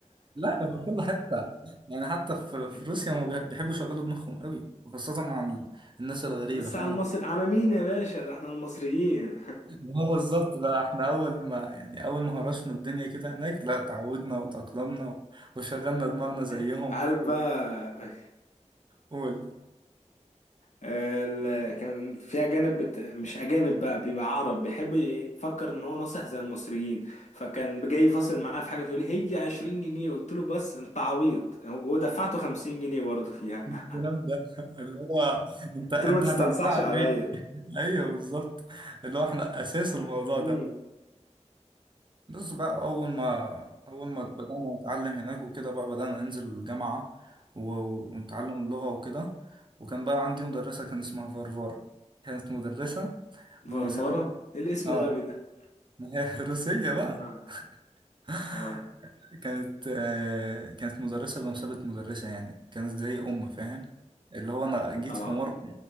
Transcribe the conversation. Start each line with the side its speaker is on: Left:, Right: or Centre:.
Right: لا ده في كل حتة يعني حتى في,
Left: <laughs>
Right: في روسيا هم بيحبوا يشغلوا دماغهم قوي وخاصة مع ال- الناس الغريبة
Left: بس
Right: فاهم
Left: على المصري على مين يا باشا ده احنا المصريين
Right: ما هو بالظبط بقى احنا أول ما يعني أول ما هرشنا الدنيا كده هناك لا اتعودنا وتأقلمنا و- وشغلنا دماغنا زيهم
Left: <laughs> عارف
Right: و-
Left: بقى
Right: والكلام
Left: ال... كان في اجانب بت... مش اجانب بقى بيبقى عرب بيحب يفكر ان هو ناصح زي المصريين فكان جاي فاصل معاه في حاجه فيقول لي هي 20 جنيه قلت له بس انت عبيط ودفعته 50 جنيه برضه فيها
Right: ده
Left: <laughs>
Right: <laughs> اللي هو انت انت
Left: قلت له ما تستنصحش
Right: هتعملها على
Left: عليا
Right: مين؟ <laughs> ايوه بالظبط اللي هو احنا أساس الموضوع
Left: امم
Right: ده بس بقى أول ما أول ما بدأنا نتعلم هناك وكده بقى بدأنا ننزل الجامعة و- ونتعلم اللغة وكده وكان بقى عندي مدرسة كان اسمها فارفارا كانت مدرسة بمثابة
Left: فرفره ايه الاسم
Right: آه
Left: الغبي ده
Right: ما هي <laughs> روسية بقى
Left: اه
Right: <laughs>
Left: اه
Right: كانت آه، كانت مدرسة بمثابة مدرسة يعني كانت زي أم فاهم اللي هو أنا جيت
Left: اه
Right: في مرة